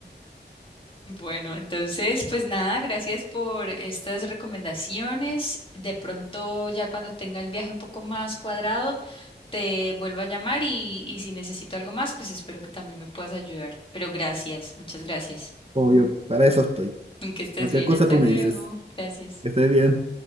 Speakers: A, on the left; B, on the right.
A: Bueno, entonces, pues nada, gracias por estas recomendaciones. De pronto, ya cuando tenga el viaje un poco más cuadrado, te vuelvo a llamar y, y si necesito algo más, pues espero que también me puedas ayudar. Pero gracias, muchas gracias.
B: Obvio, para eso estoy.
A: <laughs> Que estés
B: Cualquier
A: bien,
B: cosa
A: hasta
B: tú
A: luego.
B: me dices.
A: Gracias.
B: Que estés bien.